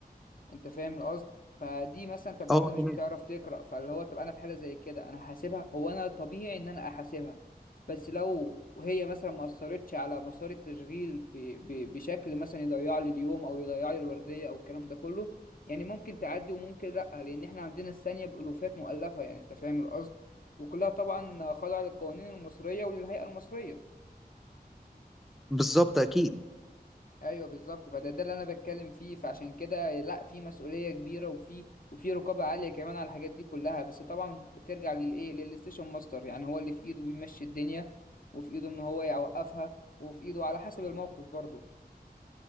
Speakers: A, on the left; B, in the centre.
A: انت فاهم القصد فدي مثلا طب
B: اه
A: واحده مش
B: تمام
A: بتعرف تقرا فاللي هو طب انا في حاله زي كده انا هحاسبها هو انا طبيعي ان انا احاسبها بس لو هي مثلا ما اثرتش على مسار التشغيل ب... ب... بشكل مثلا يضيع لي اليوم او يضيع لي الورديه او الكلام ده كله يعني ممكن تعدي وممكن لا لان احنا عندنا الثانيه بالوفات مؤلفه يعني انت فاهم القصد وكلها طبعا خاضعه للقوانين المصريه وللهيئه المصريه
B: بالظبط اكيد
A: ايوه بالظبط فده ده اللي انا بتكلم فيه فعشان كده لا في مسؤوليه كبيره وفي وفي رقابه عاليه كمان على الحاجات دي كلها بس طبعا بترجع للايه للستيشن ماستر يعني هو اللي في ايده بيمشي الدنيا وفي ايده ان هو يوقفها وفي ايده على حسب الموقف برضه